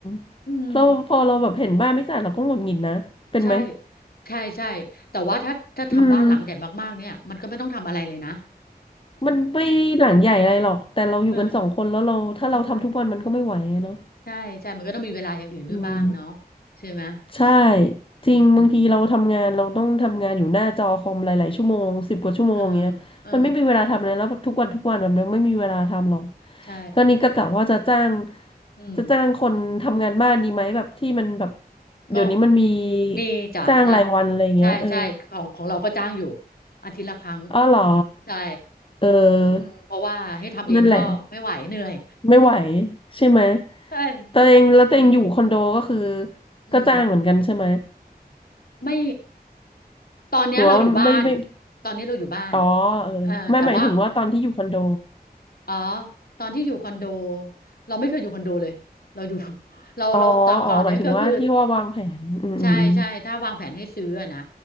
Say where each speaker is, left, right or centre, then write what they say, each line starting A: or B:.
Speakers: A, on the left (about 35°); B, on the left (about 65°).
A: ำเราพอเราแบบเห็นบ้านไม่สะอาดเราก็หงุดหงิดนะเป็นไหม
B: อืมใช่ใช่ใช่แต่ว่าถ้าถ้าทำบ้านหลังใหญ่มากๆเนี่ยมันก็ไม่ต้องทำอะไรเลยนะ
A: อืม มันไม่หลังใหญ่อะไรหรอก แต่เราอยู่กันสองคนแล้วเราถ้าเราทำทุกวันมันก็ไม่ไหวอะเนาะ
B: เออเออใช่ใช่มันก็ต้องมีเวลาอย่างอื่นด้วยบ้างเนาะ
A: อืม
B: ใช่ไหม
A: ใช่ จริงบางทีเราทำงานเราต้องทำงานอยู่หน้าจอคอมหลายๆชั่วโมงสิบกว่าชั่วโมงเงี้ยมันไม่มีเวลาทำอะไรแล้วทุกวันทุกวันแบบนี้ไม่มีเวลาทำหรอก
B: อืมอืม เออเออใช่
A: ก็นี่ก็กะว่าจะจ้าง
B: อืม
A: จะจ้างคนทำงานบ้านดีไหมแบบที่มันแบบ
B: ก็
A: เดี๋ยวนี้มันมี
B: มีจ้ะละ
A: จ้างรายวันอะไรเงี้ยเออ
B: ใช่ใช่ของของเราก็จ้างอยู่อาทิตย์ละครั้ง
A: อ๋อเหรอ
B: ใช่
A: เออ
B: อืมเพราะว่าให้ทำเองก็ไม่ไหวเหนื่อย
A: นั่นแหละ ไม่ไหวใช่ไหม
B: <laughs> ใช่
A: ตัวเองแล้วตัวเองอยู่คอนโดก็คือ
B: อืมอืม
A: ก็จ้างเหมือนกันใช่ไหม
B: ไม่ตอนเนี้ยเราอยู่บ้าน
A: หรือว่าไม่ไม่
B: ตอนนี้เราอยู่บ้าน
A: อ๋อเออไม่หมายถึงว่าตอนที่อยู่คอนโด
B: อ่าแต่ว่าอ๋อตอนที่อยู่คอนโด เราไม่เคยอยู่คอนโดเลยเราอยู่ <laughs> เราเราตอนก่อนเนี้ยก็คือ
A: อ๋ออ๋อหมายถึงว่าที่ว่าวางแผน อืมอืม
B: ใช่ใช่ถ้าวางแผนให้ซื้ออะนะ